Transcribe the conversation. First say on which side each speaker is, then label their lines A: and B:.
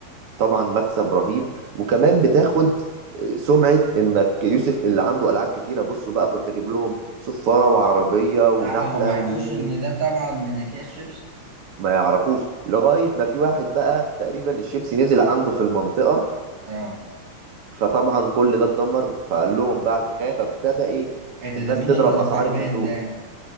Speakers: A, on the right; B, on the right.
A: طبعا مكسب رهيب وكمان بتاخد آه، سمعة انك يوسف اللي عنده العاب كتيرة بصوا بقى كنت اجيب لهم صفارة وعربية ونحلة
B: اه هما ما ما يعرفوش
A: وي وي
B: ان ده طبعا من اكياس شيبس
A: ما يعرفوش لغاية ما في واحد بقى تقريبا الشيبسي نزل عنده في المنطقة
B: اه
A: فطبعا كل ده اتدمر فقال لهم بقى الحكايه فابتدى ايه
B: إيه ده,
A: الناس
B: ده مين
A: تضرب
B: اللي
A: اسعاري
B: فاهمان
A: في السوق
B: ده